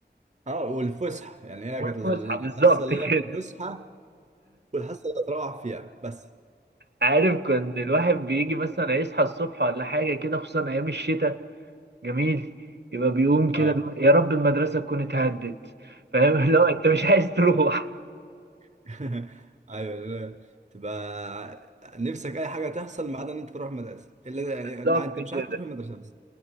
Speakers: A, on the right (about 40°); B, on the right (about 70°).
A: اه والفسحه يعني هي
B: والفسحة
A: كانت الحصه
B: بالظبط
A: اللي
B: كده
A: قبل الفسحه والحصه اللي تروح فيها بس
B: عارف كان الواحد بيجي مثلا يصحى الصبح ولا حاجة كده خصوصا أيام الشتاء جميل يبقى بيقوم كده
A: اه
B: اللي هو يا رب المدرسة تكون اتهدت فاهم <laughs> لا أنت مش عايز تروح
A: <laughs> ايوه لا، تبقى نفسك اي حاجه تحصل ما عدا ان انت تروح مدرسه الا يعني
B: بالظبط
A: انت مش
B: كده
A: عايز تروح مدرسه بس